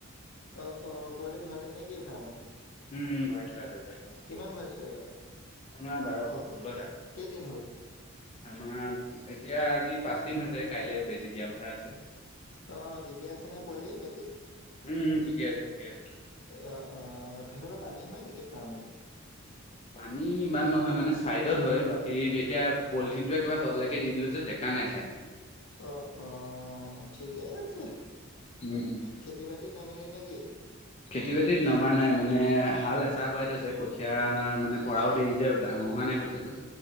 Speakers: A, on the left; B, on the left.
A: অ', অ', পোৱালি ভৰালি নে কি ফাৰ্মত?
B: উম উম ভৰায় থোৱা আছে ভৰায় থোৱা আছে।
A: কিমান ভৰাইছ এইবাৰ
B: বাৰশ ষোল্লটা।
A: কেইদিন হ'ল
B: আমাৰ এতিয়া আজি পাঁচ দিন হৈছে, কাইলে বেজি দিয়া কথা আছে।
A: অ', ঠিকে আছে নে পোৱালি, বাকী?
B: উম উম ঠিকে আছে ঠিকে আছে
A: অ, অ', সেইফালে
B: উম।
A: পানী হয় নেকি ফাৰ্মত?
B: পানী ইমান নহয় মানে চাইডত হয়, বাকী এতিয়া পলিথিনটো একেবাৰে তললৈকে দি দিলো যে, জেক কানাই চ
A: অ, অ', ঠিকে আছে,
B: উম উম
A: খেতি বাতিত নামিলি নে কি?
B: খেতি বাতিত নমা নাই, মানে হাল এচাহ বোৱাই থৈছে, কঠীয়াা আমাৰ মানে পৰাও দেৰি যে, ডাঙ হোৱা নাই কঠিয়াটো